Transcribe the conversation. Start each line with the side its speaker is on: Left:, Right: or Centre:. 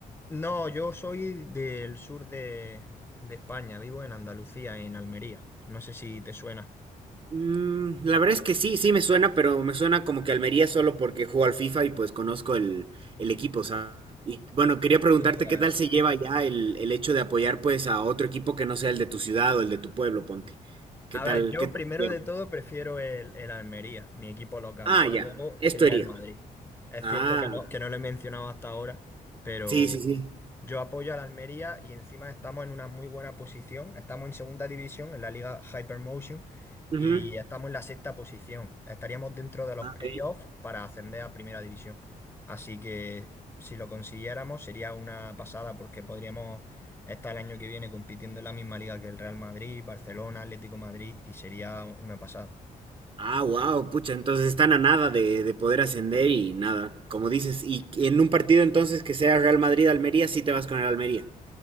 Left: No, yo soy del sur de, de España, vivo en Andalucía, en Almería. No sé si te suena.
Right: Mm, la verdad es que sí, sí me suena, pero me suena como que Almería solo porque juego al FIFA y pues conozco el, el equipo, ¿sabes? Y bueno, quería preguntarte
Left: Sí, pues.
Right: qué tal se lleva ya el, el hecho de apoyar pues a otro equipo que no sea el de tu ciudad o el de tu pueblo, ponte. ¿Qué
Left: A
Right: tal?
Left: ver, yo
Right: ¿Qué tal?
Left: primero
Right: se lleva?
Left: de todo prefiero el, el Almería, mi equipo local,
Right: Ah,
Left: y ya
Right: ya.
Left: luego
Right: Esto
Left: sería
Right: iría.
Left: el Madrid. Es
Right: Ah,
Left: cierto que no, que no lo he mencionado hasta ahora, pero,
Right: Sí, sí, sí.
Left: yo apoyo a la Almería y encima estamos en una muy buena posición. Estamos en segunda división, en la liga Hypermotion,
Right: Ujú.
Left: y estamos en la sexta posición. Estaríamos dentro de los
Right: Ah,
Left: playoffs
Right: ok.
Left: para ascender a primera división. Así que si lo consiguiéramos sería una pasada porque podríamos estar el año que viene compitiendo en la misma liga que el Real Madrid, Barcelona, Atlético Madrid, y sería una pasada.
Right: Ah, wow, pucha, entonces están a nada de, de poder ascender y nada, como dices, y en un partido entonces que sea Real Madrid-Almería, sí te vas con el Almería.